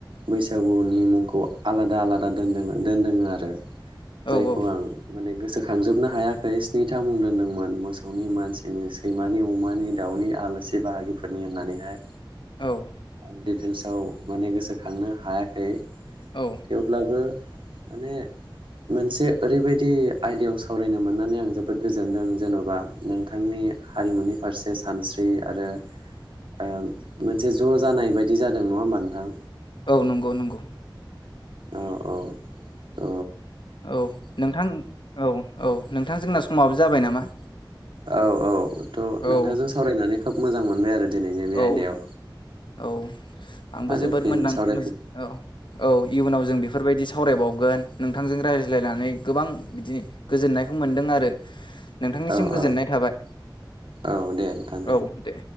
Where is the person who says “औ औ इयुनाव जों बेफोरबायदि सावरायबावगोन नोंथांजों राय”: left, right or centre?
Left